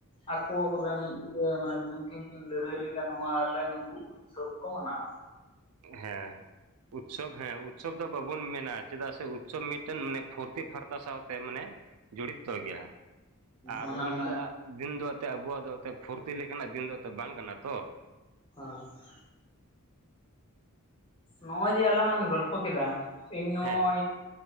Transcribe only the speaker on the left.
ᱟᱠᱚᱨᱮᱱ ᱤᱭᱟᱹ ᱢᱟᱱᱮ ᱩᱱᱩᱠᱤᱱ ᱠᱤᱱ ᱞᱟᱹᱲᱦᱟᱹᱭ ᱞᱮᱫᱟ ᱱᱚᱣᱟ ᱨᱮ ᱱᱩᱠᱩᱼᱼᱼ ᱠᱷᱩᱵ ᱠᱚᱢᱟᱱᱟᱣᱟ᱾
ᱢᱟᱱᱮ
ᱚᱱᱟ
ᱦᱟᱸ᱾ ᱱᱚᱜᱼᱚᱭ ᱡᱮ ᱟᱞᱟᱝ ᱞᱟᱝ ᱜᱚᱞᱯᱷᱚ ᱠᱮᱫᱟ, ᱤᱧ ᱱᱚᱜᱼᱚᱭ